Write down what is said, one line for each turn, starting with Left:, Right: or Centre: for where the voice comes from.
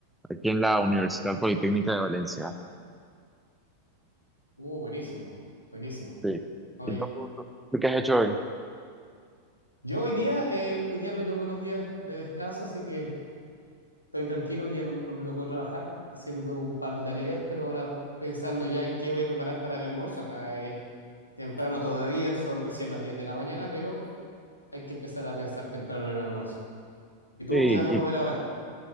Centre: aquí en la Universidad Politécnica de Valencia.
Left: Uh, buenísimo, buenísimo.
Centre: Sí.
Left: Hoy,
Centre: ¿Y tú, tú- tú qué has hecho hoy?
Left: yo hoy día, eh, hoy día me tomé unos días de descanso, así que estoy tranquilo. Hoy día no, no me tocó trabajar haciendo un par de tareas, pero ahora pensando ya en qué voy a preparar para mi almuerzo. Acá es temprano todavía, son recién las 10 de la mañana, pero hay que empezar a pensar temprano en el almuerzo. ¿Y tú
Centre: Sí,
Left: qué vas a comer
Centre: y
Left: ahora?